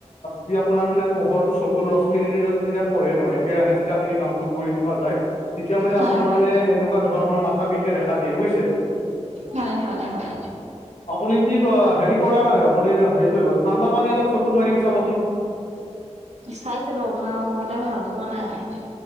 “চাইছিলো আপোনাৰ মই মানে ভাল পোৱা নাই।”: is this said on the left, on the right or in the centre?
Right